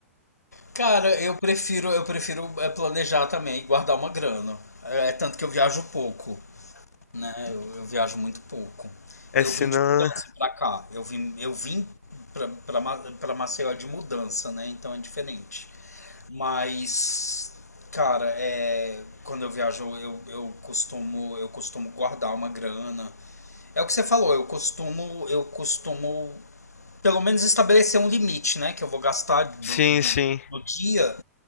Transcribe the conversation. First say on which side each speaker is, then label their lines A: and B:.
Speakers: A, on the left (about 80°); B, on the left (about 60°).
A: cara, eu prefiro eu prefiro é, planejar também, e guardar uma grana. É é tanto que eu viajo pouco, né? Eu, eu viajo muito pouco.
B: É
A: Eu
B: se
A: vim
B: não,
A: de mudança
B: né?
A: pra cá. Eu vim eu vim pra, pra, Ma- pra Maceió de mudança, né? Então é diferente. Mas, cara, é, quando eu viajo, eu, eu costumo eu costumo guardar uma grana. É o que você falou, eu costumo eu costumo pelo menos estabelecer um limite, né, que eu vou gastar do,
B: Sim,
A: do,
B: sim.
A: do dia.